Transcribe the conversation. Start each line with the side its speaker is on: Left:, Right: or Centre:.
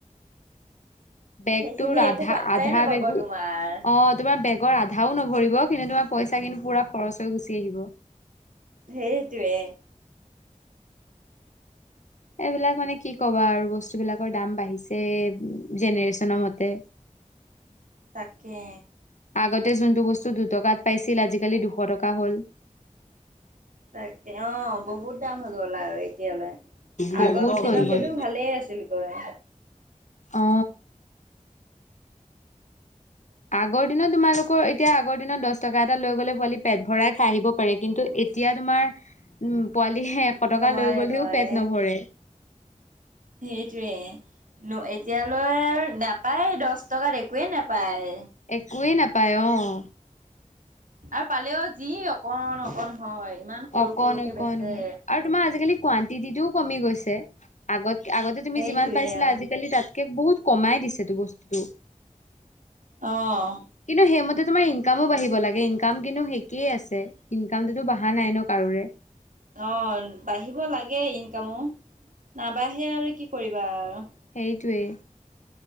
Right: <unintelligible>
Left: বেগটো
Right: সেইখিনি
Left: ৰাধা
Right: একো পাত্তাই
Left: আধা
Right: নাপাব
Left: বেগো
Right: তোমাৰ
Left: অঁ তোমাৰ বেগ গৰ আধাও নভৰিব কিন্তু তোমাৰ পইচা কিন্তু পুৰা খৰচ হৈ গুচি আহিব।
Right: সেইটোৱে।
Left: এইবিলাক মানে কি কবা আৰু বস্তুবিলাকৰ দাম বাঢ়িছে জেনেৰেচনৰ মতে।
Right: তাকে।
Left: আগতে যোনটো বস্তু দুটকাত পাইছিল আজিকালি দুশ টকা হ'ল।
Right: তাক অঁ বহুত দাম হৈ গল আৰু এতিয়ালৈ।
Left: বহুত
Right: আগৰ দিনতেটো
Left: হৈ গ'ল
Right: ভালেই আছিল কয়।
Left: অঁ। আগৰ দিনত তোমালোক কৌ এতিয়া আগৰ দিনত দছ টকা এটা লৈ গ'লে পোৱালি পেট ভৰাই খাই আহিব পাৰে কিন্তু এতিয়া তোমাৰ উম পোৱালি হে এশ
Right: নোৱাৰে
Left: টকা লৈ গ'লেও
Right: নোৱাৰে
Left: পেট নভৰে।
Right: সেইটোৱে। ন এতিয়ালৈ নাপায় দছ টকাত একোৱেই নাপায়।
Left: একোৱেই নাপায় অঁ।
Right: আৰু পালেও যি অকণমান অকণমান হয় ইমান সৰু
Left: অকণ
Right: সৰুকে
Left: অকণ
Right: বেচে।
Left: হয় আৰু তোমাৰ আজিকালি কুৱানটিটিও কমি গৈছে। আগত আগতে তুমি
Right: সেইটোৱে
Left: যিমান পাইছিলা
Right: আৰু
Left: আজিকালি তাত কে বহুত কমাই দিছেতো বস্তুটো।
Right: অঁহ।
Left: কিন্তু সেইমতে তোমাৰ ইনকামো বাঢ়িব লাগে ইনকাম কিন্তু একেই আছে। ইনকামটোতো বঢ়া নাই ন কাৰোৰে?
Right: অঁ, বাঢ়িব লাগে ইনকামো নাবাঢ়ে আৰু কি কৰিবা আৰু।
Left: সেইটোৱেই,